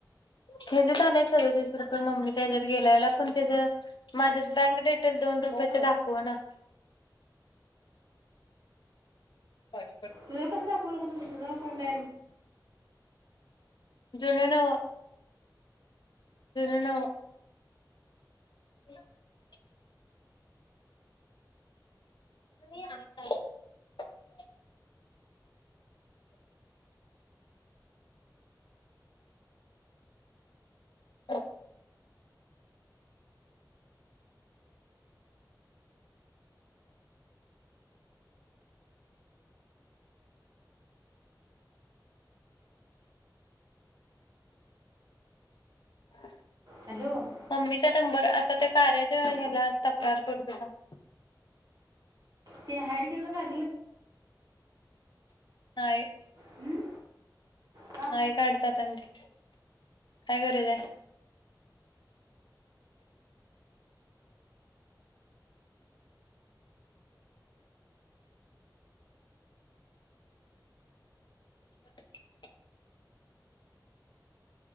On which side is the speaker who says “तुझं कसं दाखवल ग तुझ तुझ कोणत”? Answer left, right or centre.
Right